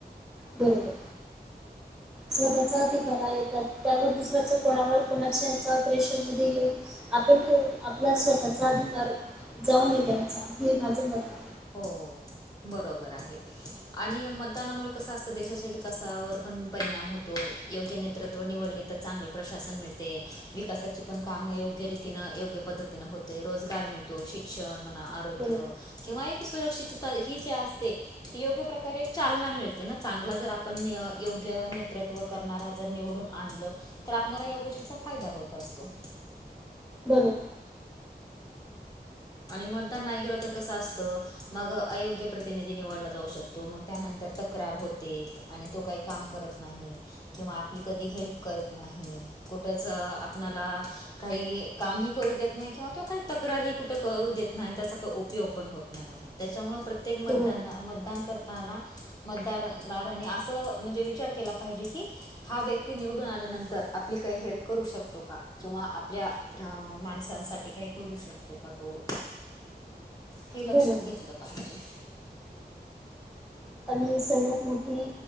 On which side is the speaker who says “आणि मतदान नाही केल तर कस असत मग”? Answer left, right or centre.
Left